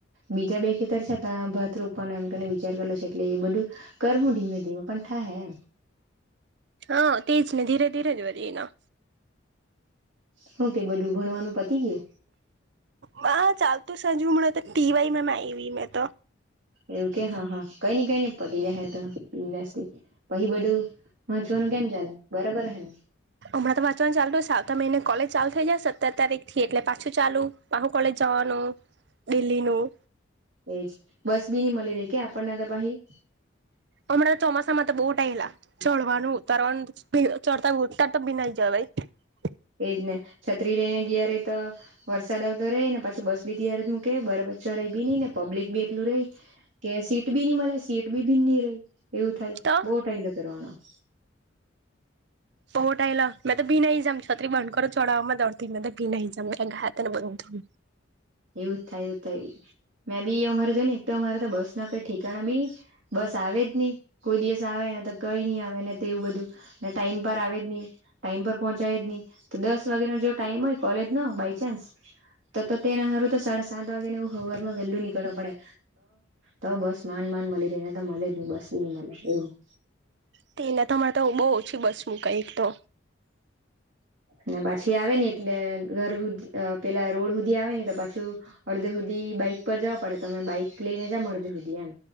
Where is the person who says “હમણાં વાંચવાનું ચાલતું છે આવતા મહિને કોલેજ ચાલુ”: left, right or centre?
Right